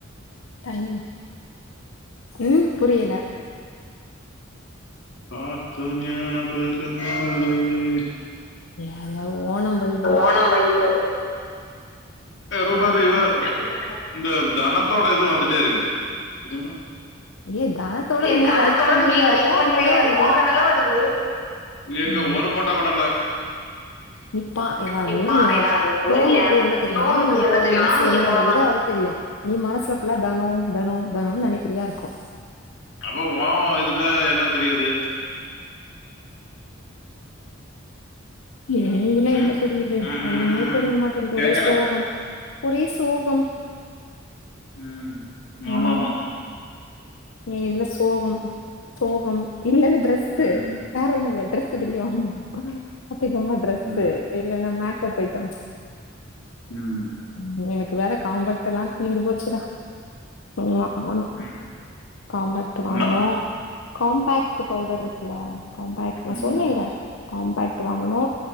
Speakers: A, on the left (about 80°); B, on the left (about 65°).
A: டைம் ம் புரியல
B: பார்த்த ஞாபகம் இல்லையே
A: ஏல ஓணம் வைபு
B: ஓணம் வைப் <unintelligible>
A: அப்டின்னு
B: இந்த தனத்தோட இது வந்துட்டே இருக்கு தெரியுமா
A: ஏ தனத்தோட
B: ஏய்
A: நீ
B: தனத்தோடத
A: லைக் பண்றியா
B: நீ லைக்
A: இருக்கு
B: பண்றிய
A: அதனால வருது
B: இருக்கும் அதனாலே வருது எங்க
A: ம்
B: ஒரு போட்டே ஒரு
A: நீ பா எதாவதுனியே
B: நிப்பா ஏதாவது
A: குரோமுக்கு
B: நீ
A: என்னத் தெ <unintelligible>
B: குரோமுக்கு
A: நீ எப்பாது
B: என்ன தெரியுமா
A: மனசுல
B: நீ
A: என்ன
B: போதுமான
A: நெனைக்கிறியோ அது தெரியு நீ மனசுல ஃபுல்லா தனொ தனொ தனொன்னு நெனைக்கிறியா இருக்கு
B: அப்போ ஓ இதுல என்னத் தெரியிது
A: ஏ இதுல
B: ம்?
A: என்ன தெரியிது
B: ம்,
A: ஒன்னுமே
B: ம், ம்,
A: தெரிய
B: ம்.
A: மாட்டேங்கு
B: கேக்கல
A: ஒரே சோகம் ஒரே சோகம்
B: ம்
A: ம்
B: ஆமாமா
A: ஏ இதுல சோகம் சோகம் இல்லல்ல ட்ரெஸ்ஸு
B: ம்,
A: வேற ஒன்னு இல்ல ட்ரெஸ்ஸு
B: ம்,
A: தெரியு ஒருவேள இது த்திக்குமா டிரெஸ்ஸு
B: ம்,
A: இல்லேனா மே கப்பயிட்டம்ஸ்
B: ம்,
A: ம் எனக் வேற காம்பெக்ட்டெல்லா தீந்து போச்சுடா போல அவனு
B: ம்.
A: காம்பெக்ட்டு வாங்கனு
B: என்ன?
A: காம்பேக்ட்டு பவுடர்ருக்குல காம்பேக்ட் நா
B: ம்,
A: சொன்னேல்ல காம்பேக்ட்டு வாங்கணு